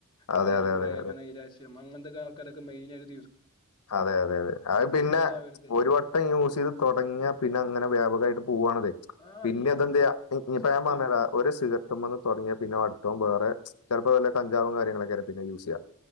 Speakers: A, on the left (about 20°); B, on the left (about 85°).
A: മൈ
B: അതെ, അതെ,
A: പ്രേമനൈരാശ്യം
B: അതെ.
A: അങ്ങൻത്തൊക്കെ ആൾക്കാരൊക്കെ മെയിനായിട്ട്
B: അതെ അതെ അതെ അത് പിന്നെ
A: ഉണ്ടാവരുത്
B: ഒരു വട്ടം യൂസ് ചെയ്ത് തൊടങ്ങിയാ പിന്നെ അത് ങ്ങനെ വ്യാപകായിട്ട് പോവാണതെ
A: ആ
B: പിന്നെ
A: ഈ
B: അത് എന്തെയ്യാ ഇപ്പൊ
A: സത്യം
B: ഞാൻ പറഞ്ഞെരാ ഒരു സിഗ ഞമ്മക്ക് തൊടങ്ങിയാ പിന്നെ അടുത്തോൻ വേറെ ചെലപ്പോ വല്ല കഞ്ചാവും കാര്യങ്ങളൊക്കെ പിന്നെ യൂസെയ്യ